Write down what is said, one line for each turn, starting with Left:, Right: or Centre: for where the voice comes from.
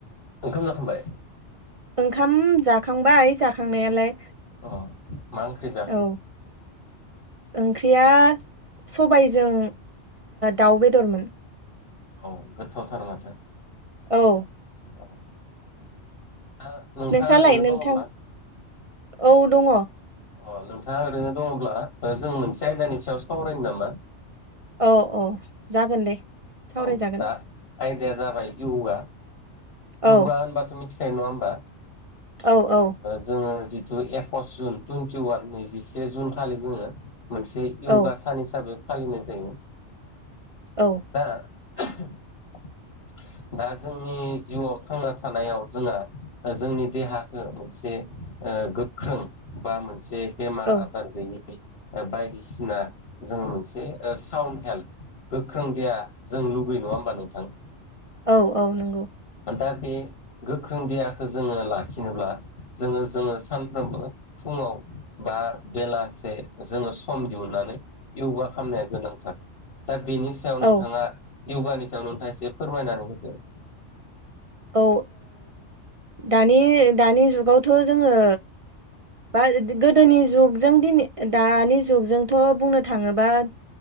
Left: ओंखाम जाखांबाय
Right: ओंखाम जाखांबाय जाखांनायालाय
Left: अ मा ओंख्रि जाखो
Right: औ ओंख्रिया सबायजों दाउ बेदरमोन
Left: औ गोथावथार माथो
Right: औ
Left: औ दा नोंथाङा
Right: नोंस्रालाय
Left: ओरैनो
Right: नोंथां
Left: दङब्ला
Right: औ दङ
Left: अ नोंथांङा ओरैनो दंङ'ब्ला जों मोनसे आयदानि सायाव सावरायनो नामा
Right: औ औ जागोन दे सावरायजागोन
Left: औ दा आयदाया जाबाय योगा योगा
Right: औ
Left: होनबाथ' मिथि खायो नङा होमबा
Right: औ औ
Left: जोङो जिथु एकस जुन टुइन्टि वान नैजिसे जुन खालि जोङो मोनसे योगा
Right: औ
Left: सान हिसाबै फालिनाय जायो
Right: औ
Left: दा <inaudible> दा जोंनि जिउआव थांना थानायाव जोंहा जोंनि देहाखौ मोनसे गोख्रों बा मोनसे बेमार
Right: औ
Left: आजार गैयै बायदिसिना जोङो मोनसे साउन हेल्थ गोख्रों देया जों लुगैयो नङा होमबा नोंथां
Right: औ औ नंगौ
Left: दा बे गोख्रों देहाखौ जोङो लाखिनोब्ला जोङो जोङो सानफ्रोमबो फुङाव बा बेलासे जोङो सम दिहुननानै योगा खालामनाया गोनां दा बेनि सायाव
Right: औ
Left: नोंथाङा यगानि सायाव नोंथाङा एसे फोरमायनानै होदो
Right: औ दानि दानि जुगावथ' जोङो बा गोदोनि जुगजों दिनै दानि जुगजोंथ' बुंनो थाङोबा